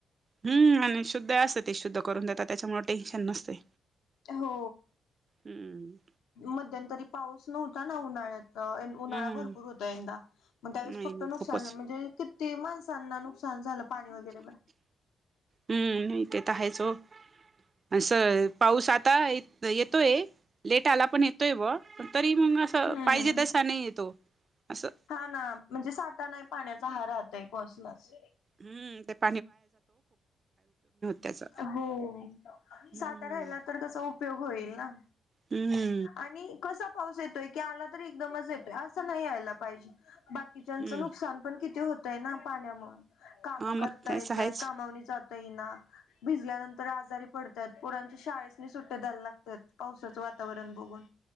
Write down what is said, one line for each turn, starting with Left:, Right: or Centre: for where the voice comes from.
Right: हम् आणि शुद्ध असतं ते शुद्ध करून देतात त्याच्यामुळे टेन्शन नसतंय.
Left: हो
Right: हम्म
Left: मध्यंतरी पाऊस नव्हता ना उन्हाळ्यात अ उन्हाळा
Right: हम्म
Left: भरपूर होता यंदा मग त्यावेळेस
Right: नाही
Left: फक्त
Right: नाही
Left: नुकसान
Right: खूपच
Left: म्हणजे कि - -ती माणसांना नुकसान झालं पाणी वगैरे
Right: हम्म नाही तेेतर आहेच हो आणि पाऊस आ- -ता येतोय लेट आला पण येतो बुवा पण तरी मग असं
Left: हम्म
Right: पाहिजे तसा नाही येतो असं
Left: हा ना म्हणजे साठा नाही पाण्याचा हा राहतय कसलाच
Right: हम्म तेप त्याचा
Left: हो
Right: हम्म
Left: साठा राहिला तर त्याचा उपयोग उपयोग होईल ना.
Right: हम्म
Left: आणि कसा पाऊस येतोय की आला तरी एकदमच येतोय असं नाही यायला पाहिजे. बाकी किचनच
Right: हम्म
Left: नुकसान पण किती होतय ना पाण्यामुळे काम
Right: हा
Left: करता
Right: मग तेच
Left: येत
Right: आहेच
Left: नाही का. मावणी जातय ना. भिजल्यानंतर आजारी पडतात पोरांच्या शाळेस नाही सुट्टे द्यायला लागतात पावसाचं वातावरण बघून.